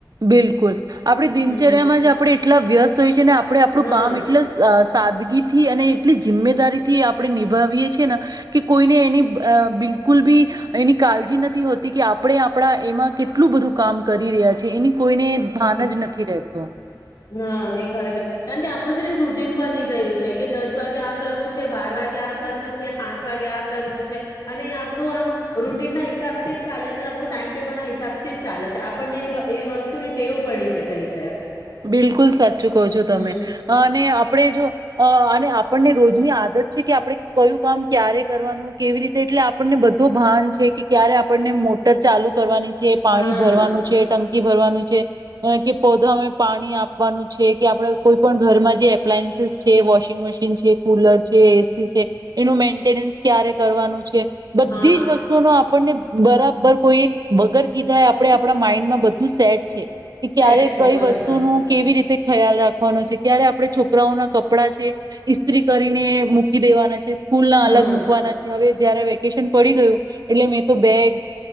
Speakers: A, on the right; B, on the left.
A: બિલકુલ આપડી દિનચર્યામાં
B: હમ
A: જ આપણે એટલા વ્યસ્ત થઈ છીએ ને આપણે આપણું
B: હા
A: કામ એટલે સાદ સાદગી થી અને એટલી જિમ્મેદારી થી આપણે નિભાવીએ છીએ ને કે કોઈને એની અ બિલકુલ બી એની કાળજી ન- થી હોતી કે આપણે આપણા એમાં કેટલું બધું કામ કરી રહ્યા છે. તે એની કોઈને ભાન જ નથી રહે તો
B: હ નહી ખરેખર કારણ કે આપણું છે ને રૂટીન બની ગયું છે કે, દસ વાગે આ કરવું છે, બાર વાગે આ કરવું છે, પાંચ વાગે આ કરવું છે અને એ આપણું આમ રૂટીન ના હિસાબથી જ ચાલે છે અને આપણું ટાઈમ ટેબલ ના હિસાબથી જ ચાલે છે આપણને એ વસ્તુની ટેવ પડી ગઈ છે.
A: બિલકુલ સાચું કહો છો
B: હમ
A: તમે અને આપણે જો અ અને આપણને રોજની આદત છે કે આપણે કયું કામ ક્યારે કરવાનું કેવી રીતે એટલે આપણને બધો ભાન છે કે ક્યારે આપણને મોટર ચાલુ કરવાની છે પાણી
B: હા
A: ભરવાનું છે ટંકી ભરવાનું છે. હ કે પૌધા- ણી આપવાનું છે કે આપડ કોઈ પણ ઘરમાં જે એપ્લાયન્સીસ છે. વોશિંગ મશીન છે, કુલર છે, એસી છે. એનું મે મેન્ટેનન્સ ક્યારે કરવાનું છે બધી
B: હા
A: જ વસ્તુઓ નુ આપણને બરાબર કોઈ એક વગર કીધા આપણે આપણા માઈન્ડમાં બધું સેટ છે કે
B: સેટ
A: ક્યારે
B: છે
A: કઈ
B: બરોબર
A: વસ્તુ તો નો કેવી રીતે ખ્યાલ રાખવાનો છે. ત્યારે આપણે છોકરાઓના કપડા છે ઇસ્ત્રી કરીને મૂકી દેવાના છે સ્કૂલ ના
B: હા
A: અલગ મૂકવાના છે હવે જયારે વે વેકેશન પડી ગયું એટલે મેં તો બેગ